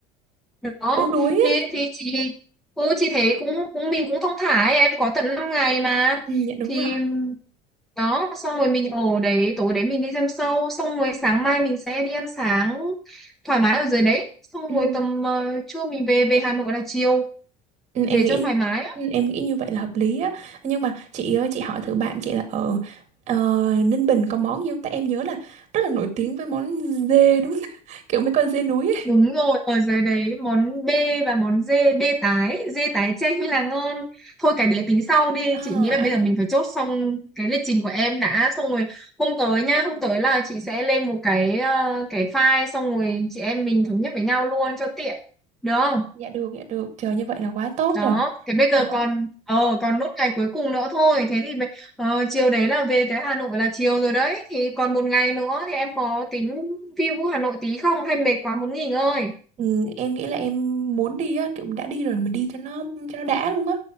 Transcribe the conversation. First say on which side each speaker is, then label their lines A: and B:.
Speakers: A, in the centre; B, on the right (about 40°).
A: đó
B: cũng đuối
A: thì
B: ấy
A: thì chị ừ, chị thấy cũng cũng mình cũng thong thả ấy. em có tận 5 ngày mà
B: ừ, dạ đúng
A: thì
B: rồi
A: đó xong rồi mình ở đấy tối đấy mình đi xem show xong rồi sáng mai mình sẽ đi ăn sáng thoải mái ở dưới đấy xong
B: ừ.
A: rồi tầm ờ, trưa mình về về Hà Nội là chiều
B: Ừ, em
A: để
B: nghĩ
A: cho thoải mái
B: ừ, em nghĩ như vậy là hợp lý á nhưng mà chị ơi chị hỏi thử bạn chị là ở ờ, Ninh Bình có món gì không tại em nhớ là rất là nổi tiếng với món dê đúng không? <laughs> kiểu mấy con dê núi ấy
A: Đúng rồi, ở dưới đấy món B và món D, B tái, D tái chay mới là ngon. Thôi cái đấy tính sau đi,
B: Ờ,
A: chị nghĩ là
B: ăn
A: bây giờ mình phải chốt xong cái lịch trình của em đã, xong rồi hôm tới nhá, hôm tới là chị sẽ lên một cái ờ, cái file, xong rồi chị em mình thống nhất với nhau luôn cho tiện. Được không?
B: dạ được dạ được trời như vậy là quá tốt
A: Đó,
B: rồi
A: thế bây giờ
B: đó
A: còn ờ còn nốt ngày cuối cùng nữa thôi, thế thì về- ờ, chiều đấy là về tới Hà Nội là chiều rồi đấy, thì còn một ngày nữa thì em có tính view Hà Nội tí không hay mệt quá muốn nghỉ ngơi?
B: Ừ, em nghĩ là em muốn đi á kiểu đã đi rồi mình đi cho nó cho nó đã luôn á